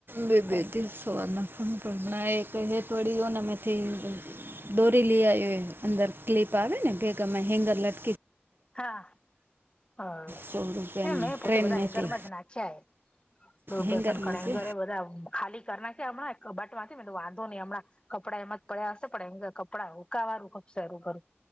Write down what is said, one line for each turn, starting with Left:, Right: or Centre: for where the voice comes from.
Right: બે
Left: તો
Right: બે દી સવારના પણ નાઈટ હે થોડી <unintelligible> દોરી લઈ આયો હે એ અંદર ક્લિપ આવે ને કેક મે હેન્ગર લટકી
Left: હા હા.
Right: સો રૂપિયાની
Left: એ મેં પોતે
Right: ટ્રેનમાંથી
Left: બધા એંગર માં જ નાખ્યા એ દોઢ
Right: હેંગરમાં
Left: ડઝન ઘણા
Right: છે
Left: એંગર એ બધા ખાલી કરી નાખ્યા હમણાં કબાટમાંથી વાતો ની હમણાં કપડા એમાં જ પડ્યા હશે પણ હેન્ગર કપડા કપડા હુંકાવા હારું ખપશે હરું ભરું